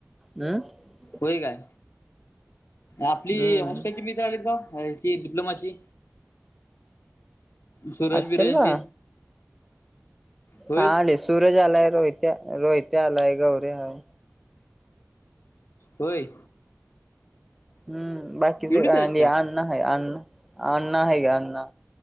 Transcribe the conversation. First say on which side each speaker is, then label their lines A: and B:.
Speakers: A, in the centre; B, on the left.
A: हम्म
B: होय काय आपली
A: हम्म
B: हॉस्टेलची मित आली का याची डिप्लोमाची सरज
A: हॉस्टेल
B: बिरांचे
A: ला
B: होय
A: हा आले सूरज आलाय रोहित्या रोहित्या आलाय गौरे आलाय
B: होई
A: हम्म बाकीच
B: एवढीच
A: अन्न
B: आहेत काय?
A: आहे अन्णा अण्णा आहे ग अण्णा